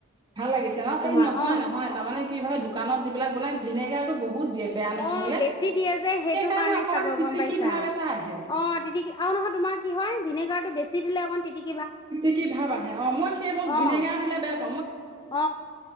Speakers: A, on the right (about 20°); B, on the left (about 20°).
A: ভাল লাগিছে ন
B: তোমাৰ
A: এই নহয়
B: অ',
A: নহয় তাৰমানে কি হয় দোকানত যিবিলাক বনাই ভিনেগাৰ বহুত দিয়ে বেয়া নহ'বলে।
B: অ বেছি দিয়ে যে সেইটো
A: সেইকাৰণে
B: কাৰণে
A: অকমান
B: চাগৰ
A: তিতিকি
B: গম পাইছা
A: ভাৱ এটা আহে
B: অ তিতিকি আৰু নহয় তোমাৰ কি হয় ভিনেগাৰটো বেছি চি দিলে অকণ তিতিক
A: তিতিকি ভাৱ আহে অ মই সেইবোৰ
B: অ',
A: ভিনেগাৰ দিলে বেয়া প
B: অ